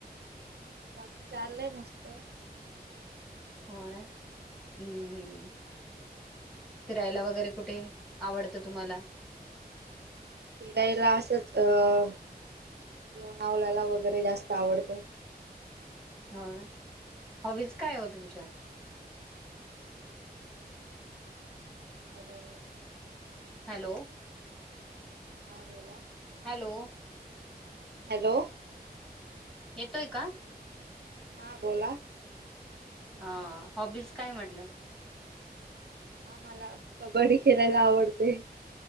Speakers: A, on the right (about 80°); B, in the centre.
A: बाकी चाललय मस्त.
B: होय, हम्-हम्. फिरायला वगैरे कुठे आवडतं तुम्हाला?
A: फिरायला असंच अ लोणावळ्याला वगैरे जास्त आवडतं.
B: व्हय, हवीच काय ओ तुमच्या?
A: हॅलो.
B: हॅलो,
A: हा बोला.
B: हॅलो,
A: हॅलो,
B: येतोय का?
A: हा बोला.
B: हा हॉबीज काय म्हटलं?
A: हा मला कबड्डी खेळायला आवडते.